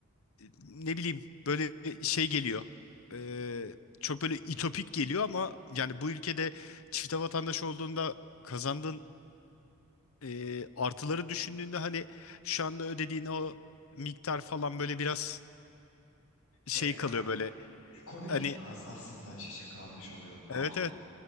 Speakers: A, on the left; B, on the left.
A: e, ne bileyim böyle şey geliyor. E, çok böyle itopik geliyor ama yani bu ülkede çifte vatandaş olduğunda kazandığın e, artıları düşündüğünde hani şu anda ödediğin o miktar falan böyle biraz şey
B: E, e,
A: kalıyor böyle.
B: bir komik
A: Hani
B: as aslında şaşa kalmış oluyor bence.
A: evet evet